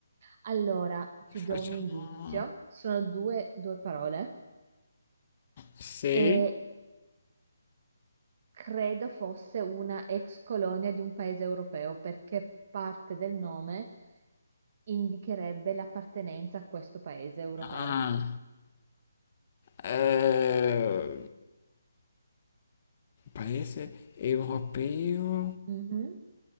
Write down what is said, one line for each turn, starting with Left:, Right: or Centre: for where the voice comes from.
Right: Allora, ti do
Left: facciamo...
Right: un indizio. Sono due, due parole
Left: Sì,
Right: e credo fosse una ex colonia di un paese europeo perché parte del nome indicherebbe l'appartenenza a questo paese europeo.
Left: ah, eh, paese europeo,
Right: Mhm.